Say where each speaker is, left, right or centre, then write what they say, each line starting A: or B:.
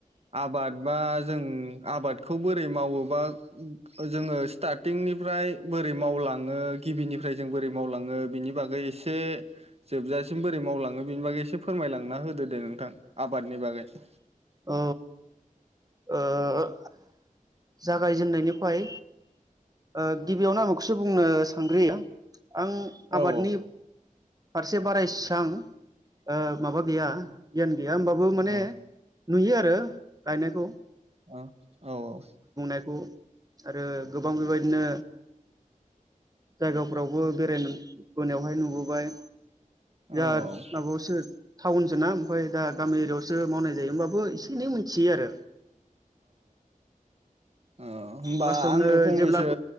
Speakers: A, on the right; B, on the right.
A: आबाद बा जों आबाद बोरै मावोबा जोङो स्टारटिंनिफ्राय बोरै मावलाङो गिबिनिफ्राय जों बोरै मावलाङो बिनि बागै एसे जोबजासिम बोरै मावलाङो बिनि बागै एसे फोरमायलांना होदो दे नोंथां आबादनि बागै ।
B: औ । ओ जागायजेननायनिफाय ओ गिबियावनो आं बेखौसो बुंनो सानग्रोयो । आं आबादनि
A: औ
B: फारसे से बारा एसां ओ माबा गैया गियान गैया होमबाबो माने
A: औ
B: नुयो आरो गायनायखौ ।
A: ओ औ औ ।
B: खौ आरो गोबां बेबायदिनो जायगाफ्रावबो बेरायनो बोनायावहाय नुबोबाय । बियाद
A: औ औ
B: माबायावसो टाउनसोना ओमफ्राय दा गामि एरियायावसो मावनाय जायो होनोमबाबो एसे एनै मिन्थियो आरो।
A: ओ होमबा
B: फार्स्टआवनो
A: आंनो फंनैसो
B: जेब्ला